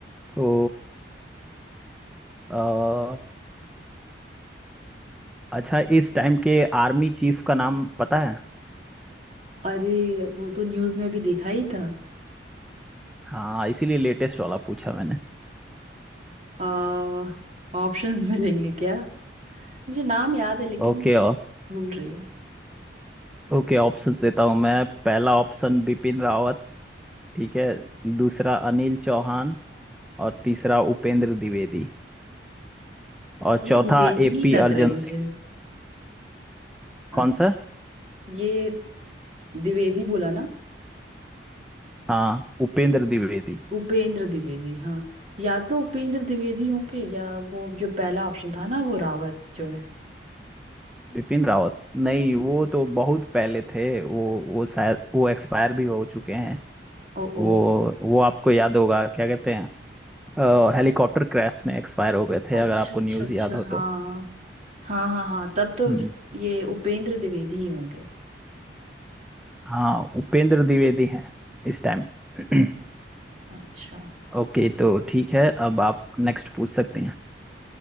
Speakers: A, in the centre; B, on the right.
A: तो अ, अच्छा इस टाइम के आर्मी चीफ का नाम पता है
B: अरे वो तो न्यूज में भी देखा ही था
A: हाँ इसीलिए लेटेस्ट वाला पूछा मैंने
B: आ ऑप्शंस <laughs> मिलेंगे क्या मुझे नाम याद है लेकिन
A: ओके
B: मैं
A: ओ-
B: भूल रही हूँ
A: ओके ऑप्शन देता हूँ मैं पहला ऑप्शन बिपिन रावत ठीक है दूसरा अनिल चौहान और तीसरा उपेंद्र द्विवेदी और
B: ये
A: चौथा
B: द्विवेदी
A: एपी
B: ही लग
A: अर्जन
B: रहे हैं मुझे
A: सिंह
B: अच्छा,
A: कौन सा
B: ये द्विवेदी बोला ना
A: हाँ उपेंद्र द्विवेदी
B: उपेंद्र द्विवेदी हाँ या तो उपेंद्र द्विवेदी होंगे या वो जो पहला ऑप्शन था ना वो रावत जो है
A: विपिन रावत नहीं वो तो बहुत पहले थे वो वो शायद वो एक्सपायर भी हो चुके हैं
B: ओ
A: वो
B: ओ
A: वो आपको याद होगा क्या कहते हैं अ, हेलीकॉप्टर क्रैश में एक्सपायर हो गए थे
B: अच्छा
A: अगर आपको
B: अच्छा
A: न्यूज़
B: अच्छा
A: याद हो
B: हाँ
A: तो
B: हाँ हाँ हाँ तब तो
A: हम्म,
B: ये उपेंद्र द्विवेदी ही होंगे
A: हाँ उपेंद्र द्विवेदी हैं इस टाइम <clears throat>
B: अच्छा
A: ओके तो ठीक है अब आप नेक्स्ट पूछ सकते हैं